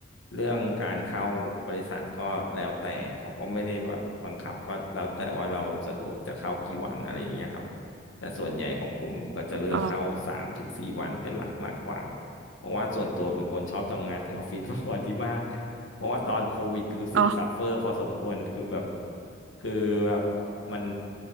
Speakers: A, on the left; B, on the right.
A: เรื่องการเข้าบริษัทก็แล้วแต่เขาก็ไม่ได้แบบบังคับก็แล้วแต่ว่าเราสะดวกจะเข้ากี่วันอะไรอย่างเงี้ยครับแต่ส่วนใหญ่ของผมก็จะเลือกเข้าสามถึงสี่วันเป็นหลักมากกว่า
B: อ๋อ
A: เพราะว่าส่วนตัวเป็นคนชอบทำงานที่ออฟฟิศ <laughs> มากกว่าที่บ้าน เพราะว่าตอนโควิดรู้สึกซัฟเฟอร์พอสมควรคือแบบ
B: อ๋อ
A: คือแบบมัน